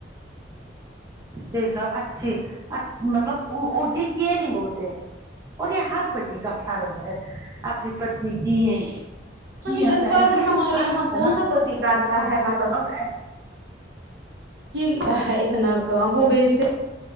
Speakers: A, on the right (about 20°); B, on the right (about 65°).
A: دیکھا اچھی مطلب وہ یہ کیئرنگ ہوتے ہیں اور یہ ہر پتی کا فرض ہے اپنی پتنی کی ہے
B: پ
A: کیئر
B: اخبار
A: کرے
B: میں
A: یہ
B: ہمارے
A: تو فرض
B: یہاں کون
A: نا
B: سا پتی کرتا ہے مطلب
A: اور
B: یہ ہے اتنا کام وہ بھیجتے